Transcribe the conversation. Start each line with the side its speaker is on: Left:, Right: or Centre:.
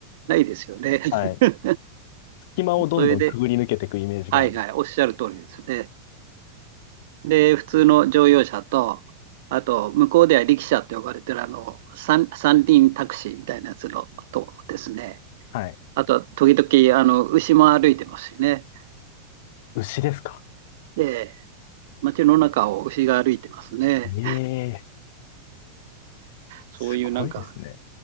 Right: ないですよね。<laughs>
Left: はい。隙間をどんどんくぐり抜けていくイメージがある。
Right: それで、はいはい、おっしゃる通りですね。で、普通の乗用車と、あと、向こうでは力車って呼ばれてるあの、三、三輪タクシーみたいなやつのとですね。
Left: はい。
Right: あと、時々、あの、牛も歩いてますしね。
Left: 牛ですか。
Right: で、街の中を牛が歩いてますね。
Left: ええ、
Right: そういうなんか、
Left: すごいですね。